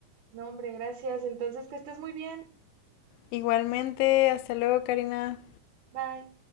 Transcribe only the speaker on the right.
No, hombre, gracias. Entonces, que estés muy bien.
Bye.